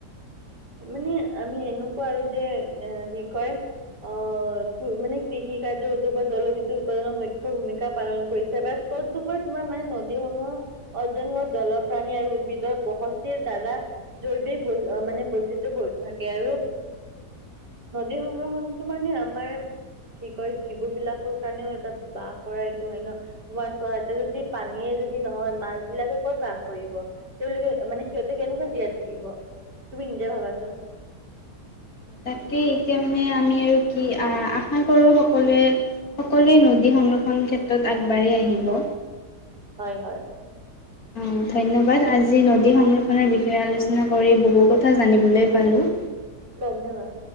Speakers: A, on the right; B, on the left.
A: আপুনি আমি এনেকুৱা যে, এহ কি কয় অ' মানে কৃষি কাৰ্য উদ্যোগ বা জলবিদ্যুৎ উৎপাদনৰ মুখ্য ভূমিকা পালন কৰিছে বাট ক'ত দুপা তোমাৰ মায়ে নদী সমুহ অজম্ন জলপ্ৰাণী আৰু উদ্ভিদ বসস্তিৰ দ্বাৰা জৈৱিক মানে ব সেইতু বত থাকে আৰু নদী সংৰক্ষণটো মানে আমাৰ কি কয়, জীৱ বিলাকৰ কাৰণেও এটা বাহ কৰা এইটো হয় ন'। উৱা চোৱা ইটা যদি পানীয়ে যদি নহয়, মাছ বিলাকে ক'ত বাস কৰিব? তেওঁলোকে মানে সিহঁতে কেনেকুৱা জীয়াই থাকিব। তুমি নিজে ভাবাচোন?
B: তাকেই, এতিয়া মানে আমি আৰু কি আ-আশা কৰোঁ সকলোৱে সকলোৱে নদী সংৰক্ষণৰ ক্ষেত্ৰত আগবাঢ়ি আহিব।
A: হয়, হয়।
B: অ' ধন্যবাদ, আজি নদী সংৰক্ষণৰ বিষয়ে আলোচনা কৰি বহু কথা জানিবলৈ পালোঁ।
A: ধন্যবাদ।